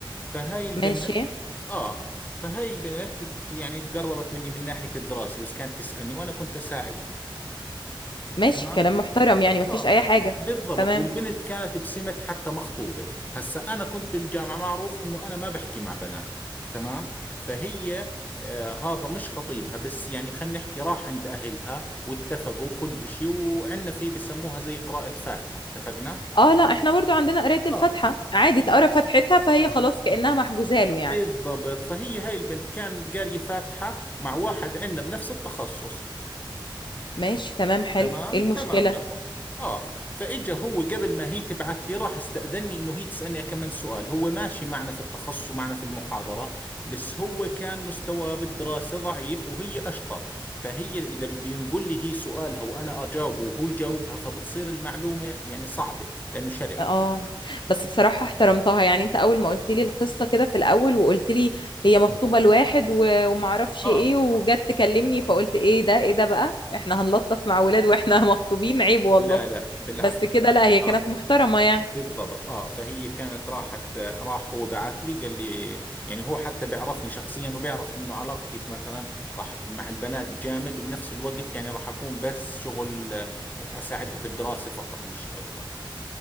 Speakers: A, on the left; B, on the left.
A: فهاي البنت
B: ماشي
A: آه فهاي البنت تت- يعني تقربت مني من ناحية الدراسة بس كانت تسألني وأنا كنت أساعدها
B: ماشي
A: تمام
B: كلام محترم يعني مفيش
A: اه
B: اي حاجة
A: بالضبط
B: تمام
A: والبنت كانت بسمة حتى مخطوبة هسا أنا كنت بالجامعة معروف إنه أنا ما بحكي مع بنات تمام فهي آه هذا مش خطيبها بس يعني خلينا نحكي راح عند أهلها واتفقوا كل إشي وعندنا في بسموها زي قراءة فاتحة اتفقنا؟
B: اه لا احنا برضو عندنا قراية الفاتحة
A: اه
B: عادي
A: حلو
B: اتقرا فاتحتها فهي خلاص كأنها محجوزة له يعني
A: بالضبط فهي هاي البنت كان قارية فاتحة مع واحد عندنا بنفس التخصص
B: ماشي تمام حلو
A: تمام
B: ايه المشكلة
A: تمام لهم اه فاجا هو قبل ما هي تبعث لي راح استأذني انه هي تسألني كمان سؤال هو ماشي معنا في التخصص ومعنا في المحاضرة بس هو كان مستواه بالدراسة ضعيف وهي اشطر فهي اذا بده ينقل لي هي سؤالها وانا اجاوبه وهو يجاوبها فبتصير المعلومة يعني صعبة لانه شرح
B: اه بس بصراحة احترمتها يعني انت اول ما قلت لي القصة كده في الاول وقلت لي هي مخطوبة لواحد و- ومعرفش
A: اه
B: ايه وجت تكلمني فقلت ايه ده ايه ده بقى احنا هنلطف مع ولاد واحنا <laughs> مخطوبين عيب والله
A: لا لا بالعكس
B: بس كده لا هي كانت
A: اه
B: محترمة يعني
A: بالضبط اه فهي كانت راحت راح هو بعث لي قال لي يعني هو حتى بيعرفني شخصيا وبيعرف انه علاقتي في مثلا راح مع البنات جامد وبنفس الوقت يعني راح اكون بس شغل آه، اساعدها في الدراسة فقط مش اكثر